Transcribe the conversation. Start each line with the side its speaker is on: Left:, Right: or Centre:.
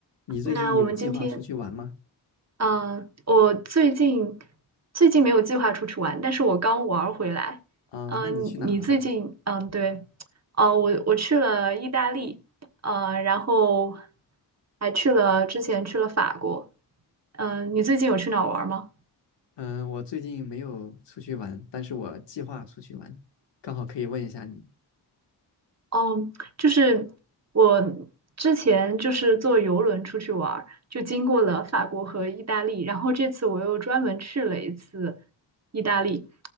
Left: 你最近有计划出去玩吗？
Right: 那我们今天，呃，我最近最近没有计划出去玩，但是我刚玩儿回来。
Left: 啊，
Right: 嗯、
Left: 那你去哪了呢？
Right: 你最近，嗯、对，哦、我我去了意大利，呃，然后还去了之前去了法国。嗯、你最近有去哪儿玩儿吗？
Left: 嗯，我最近没有出去玩，但是我计划出去玩，刚好可以问一下你。
Right: 哦，就是我之前就是坐游轮出去玩儿，就经过了法国和意大利，然后这次我又专门去了一次意大利。